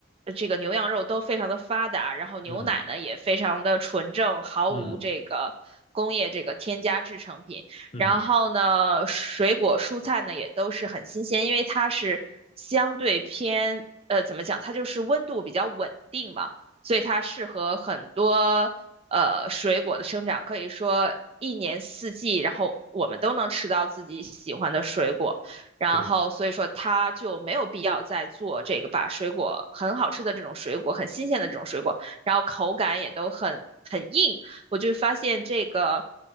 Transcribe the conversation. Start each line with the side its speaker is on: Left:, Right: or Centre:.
Right: 呃这个牛羊肉都非常的发达，然后牛奶呢也非常的纯正，
Left: 嗯
Right: 毫无这个工业这个添加制成品。
Left: 嗯嗯，
Right: 然后呢，水果蔬菜呢也都是很新鲜，因为它是相对偏呃怎么讲，它就是温度比较稳定嘛。所以它适合很多呃水果的生长，可以说一年四季，然后我们都能吃到自己喜欢的水果，然后所以说它就没有必要再做这个把水果很好吃的这种水果，
Left: 对，
Right: 很新鲜的这种水果，然后口感也都很很硬，我就发现这个。